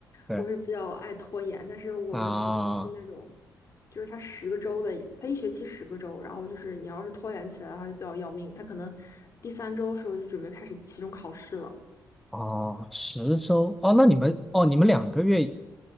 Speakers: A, in the centre; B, on the left (about 45°).
A: 对
B: 我是比较爱拖延，但是我们学校是那种，
A: 啊，
B: 就是他十个周的，他一学期十个周，然后就是你要是拖延起来的话就比较要命。他可能第三周的时候就准备开始期中考试了，
A: 哦，十周哦，那你们哦，你们两个月。